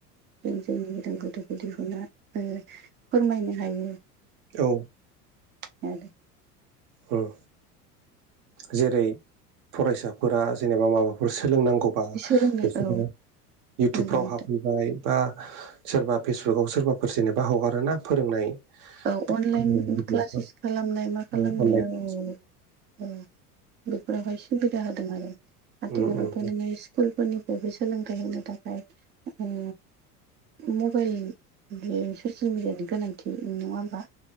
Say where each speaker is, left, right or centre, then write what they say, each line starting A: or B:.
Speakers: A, on the right; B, on the right.
A: जों जोंनि रोंगौथि खौ दिहुना ओ फोरमायनो हायो।
B: औ।
A: <unintelligible>
B: ओं। जेरै फरायसाफोरा जेनेबा माबा फोर सोलोंनांगौबा
A: सोलोंनो
B: बिसोरो
A: औ
B: इउटुबफ्राव
A: नंगौ नोंथां
B: हाब ओमफाय बा सोरबा फेसबुकाव सोरबाफोर जेनेबा हगारोना फोरोंनाय
A: औ अनलाइन
B: फोरोंनाय भिडिअफोर
A: क्लासेस खालामनाय मा खालामनाय
B: औ अनलाइन
A: औ
B: क्लास
A: औ औ बेफोरावहाय सुबिदा होदों आरो आथिखालावथ'
B: उम उम
A: नोङो स्कुलफोरनिफ्रायबो सोलोंथाइ होनो थाखाय ओ मबाइल बे ससियेल मिडियानि गोनांथि नङा होमबा?